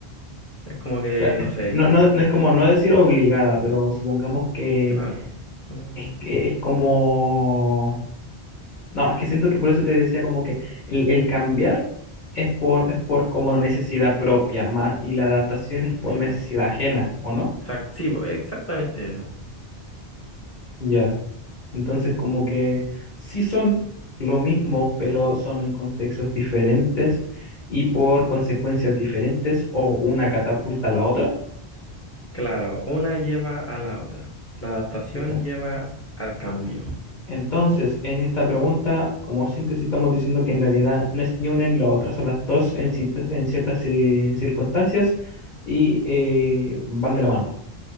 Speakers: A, on the left; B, on the left.
A: Es como que,
B: ca-
A: no sé,
B: no, no, no es como, no decir obligada, pero supongamos que
A: claro, mm,
B: es que es como, no, es que siento que por eso te decía como que el, el cambiar es por, es por como necesidad propia, más, y la adaptación es por
A: sí,
B: necesidad
A: pues,
B: ajena, ¿o no?
A: exact- sí, po, exactamente eso.
B: Ya. Entonces, como que sí son lo mismo, pero son en contextos diferentes y por consecuencias diferentes o una catapulta a la otra.
A: Claro, una lleva a la otra. La adaptación
B: Ya.
A: lleva al cambio.
B: Entonces, en esta pregunta, como síntesis, estamos diciendo que en realidad no es ni una ni la otra, son las dos en, citas- en ciertas eh, circunstancias y eh, van de la mano.